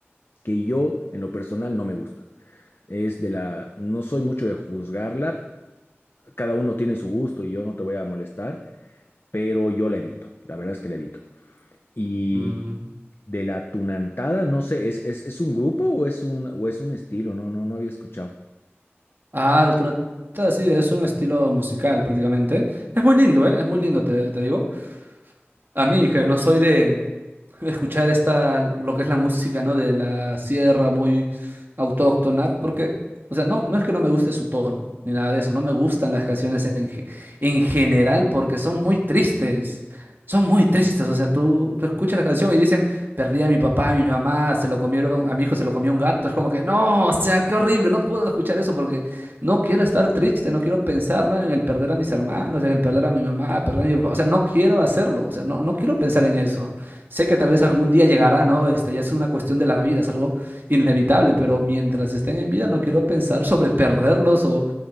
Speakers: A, on the left; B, on the right.
A: que yo en lo personal no me gusta. Es de la, no soy mucho de juzgarla, cada uno tiene su gusto y yo no te voy a molestar, pero yo la evito, la verdad es que la evito. Y
B: Mm.
A: de la tunantada, no sé, ¿es, es, es un grupo o es un, o es un estilo? No, no, no había escuchado.
B: Ah, la tunantada sí, es un estilo musical prácticamente. Es muy lindo, ¿eh? Es muy lindo, te te digo. A mí, que no soy de, escuchar esta, lo que es la música, ¿no? De la sierra muy autóctona, porque, o sea, no, no es que no me guste su tono, ni nada de eso, no me gustan las canciones en, ge- en general porque son muy tristes, son muy tristes, o sea, tú, tú escuchas la canción y dicen, perdí a mi papá, a mi mamá, se lo comieron, a mi hijo se lo comió un gato, es como que, no, o sea, qué horrible, no puedo escuchar eso porque no quiero estar triste, no quiero pensar, ¿no? En el perder a mis hermanos, en el perder a mi mamá, perder a mi papá, o sea, no quiero hacerlo, o sea, no, no quiero pensar en eso. Sé que tal vez algún día llegará, ¿no? Este ya es una cuestión de la vida, es algo inevitable, pero mientras estén en vida no quiero pensar sobre perderlos o,